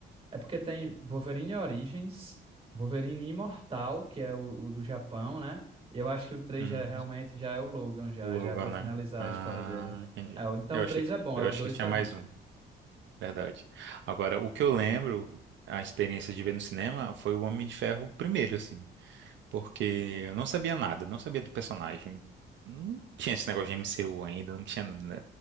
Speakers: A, on the right (about 30°); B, on the right (about 70°).
A: É porque tem Wolverine Origins, Wolverine Imortal, que é o, o do Japão, né? E eu acho que o três
B: Hum.
A: já, é, realmente já é o Logan, já,
B: O Logo,
A: já é pra
B: né?
A: finalizar
B: Ah,
A: a história dele.
B: entendi.
A: É, o- então
B: Eu
A: o
B: achei
A: 3
B: que
A: é bom,
B: eu
A: é o
B: achei
A: 2
B: que tinha
A: que é
B: mais
A: ruim.
B: um, verdade. Agora, o que eu lembro, a experiência de ver no cinema foi o Homem de Ferro primeiro, assim. porque eu não sabia nada, não sabia do personagem. Não tinha esse negócio de MCU ainda, não tinha né,